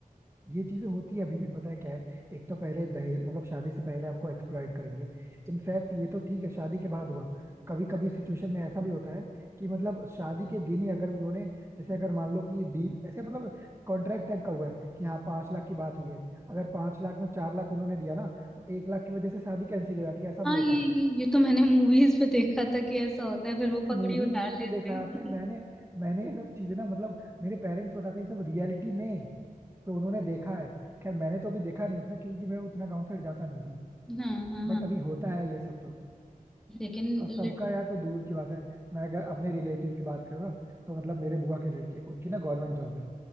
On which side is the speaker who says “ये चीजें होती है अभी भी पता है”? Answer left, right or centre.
Right